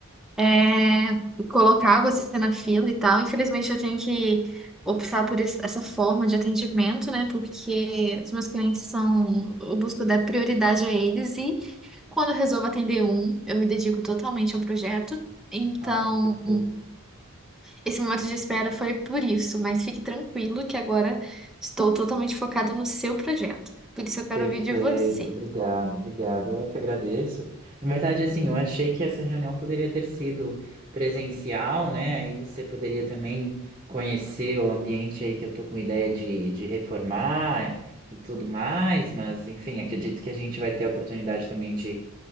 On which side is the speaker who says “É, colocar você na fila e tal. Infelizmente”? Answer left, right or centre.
Centre